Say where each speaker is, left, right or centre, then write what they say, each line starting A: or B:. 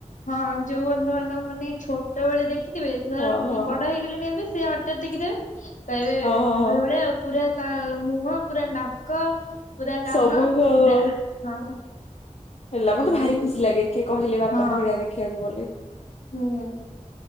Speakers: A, on the left; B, on the left.
A: ହଁ ଯୋଉ ବନ୍ଧୁବାନ୍ଧବ ମାନେ ଛୋଟ ବେଳେ ଦେଖିଥିବେ ଧର
B: ହଁ ହଁ
A: ବଡ ହେଇଗଲେଣି ଏବେ ସେ ହଠତ୍ ଦେଖିଦେବେ। କାଇବେ
B: ହଁ ହଁ
A: ଆଙ୍କଲ
B: ହଁ
A: ଭଳିଆ ଆଉ ପୁରା ମୁହଁ ପୁରା ନାକ ପୁରା କାନ
B: ସବୁ ହଁ
A: ପୁରା
B: ହଁ।
A: ହଁ
B: ହେଲା ମତେ
A: ଏମିତି
B: ଭାରି ଖୁସି ଲାଗେ କିଏ କହିଲେ ବାପାଙ୍କ
A: ହଁ
B: ଭଳିଆ ଦେଖିବାକୁ ବଲେ
A: ହୁଁ।